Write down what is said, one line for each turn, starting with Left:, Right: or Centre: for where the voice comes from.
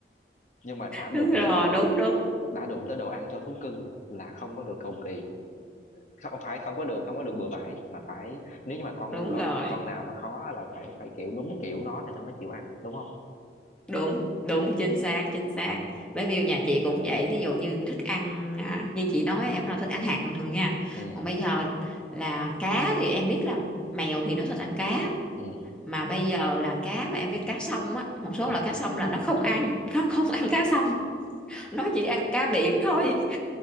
Left: nhưng mà đã đụng
Centre: đúng rồi
Left: tới đồ
Centre: đúng
Left: đã,
Centre: đúng
Left: đã đụng tới đồ ăn cho thú cưng là không có được cầu kỳ không phải không có được không có được bừa bãi mà phải nếu như mà con
Centre: đúng
Left: con
Centre: rồi
Left: con nào mà khó là phải phải kiểu đúng kiểu nó thì nó mới chịu ăn đúng không
Centre: đúng đúng chính xác chính xác bé Miu nhà chị cũng vậy thí dụ như thức ăn à, như chị nói em là thức ăn hạt bình thường nha
Left: ừ
Centre: còn bây giờ là cá thì em biết là mèo thì nó thích ăn cá
Left: ừ
Centre: mà bây giờ là cá mà em biết cá sông á một số
Left: ừ
Centre: loại cá sông là nó không ăn nó không ăn cá sông nó chỉ ăn cá biển thôi